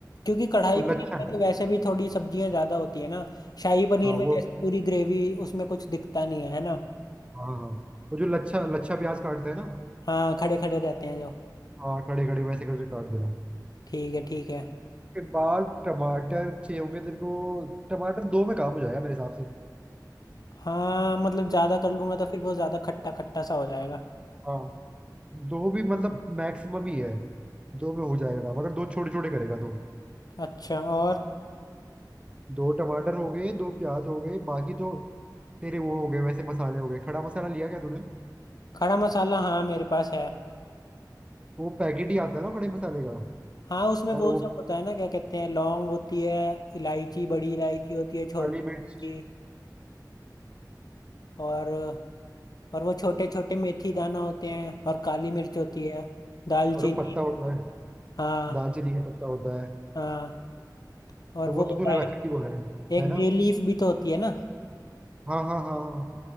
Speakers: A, on the left; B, on the right.
A: क्योंकि कढ़ाई
B: वो
A: पनीर
B: लच्छा
A: में तो वैसे भी थोड़ी सब्जियां ज्यादा होती है ना शाही पनीर
B: हाँ
A: में
B: वो
A: जैसे पूरी ग्रेवी उसमें कुछ दिखता नहीं है है ना
B: हाँ हाँ वो जो लच्छा लच्छा प्याज काटते हैं ना
A: हाँ खड़े खड़े रहते हैं जो
B: हाँ खड़े खड़े वैसे करके काट देना
A: ठीक है ठीक है
B: के बाद टमाटर चाहिए होंगे तेरे को टमाटर दो में काम हो जाएगा मेरे हिसाब से
A: हाँ मतलब ज्यादा कर लूंगा तो फिर वो ज्यादा खट्टा खट्टा सा हो जाएगा
B: हाँ दो भी मतलब मैक्सिमम ही है दो में हो जाएगा काम अगर दो छोटे छोटे करेगा तो
A: अच्छा और
B: दो टमाटर हो गए दो प्याज हो गए बाकी तो तेरे वो हो गए वैसे मसाले हो गए खड़ा मसाला लिया क्या तूने
A: खड़ा मसाला हाँ मेरे पास है
B: वो पैकेट ही आता है ना खड़े मसाले का
A: हाँ उसमें
B: और
A: वो
B: वो
A: सब होता है ना क्या कहते हैं लौंग होती है इलायची बड़ी इलायची होती है छोटी
B: काली
A: इलायची
B: मिर्च
A: और और वो छोटे छोटे मेथी दाना होते हैं और काली मिर्च होती है दालचीनी
B: और वो पत्ता होता है
A: हाँ
B: दालचीनी का पत्ता होता है
A: हाँ और
B: तो
A: वो
B: वो तो
A: होता
B: तूने
A: है
B: रखा ही हुआ है
A: एक
B: है ना
A: बे लीफ भी तो होती है ना
B: हाँ हाँ हाँ हाँ